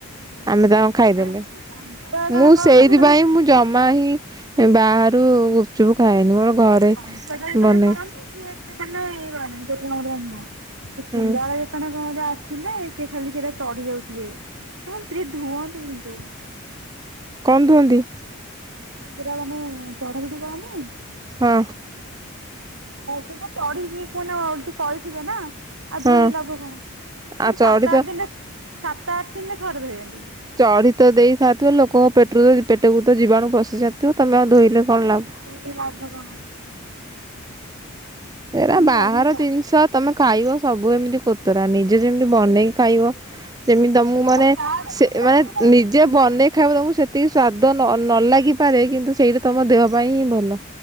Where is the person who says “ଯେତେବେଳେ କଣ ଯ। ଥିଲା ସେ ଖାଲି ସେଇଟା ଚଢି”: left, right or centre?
Right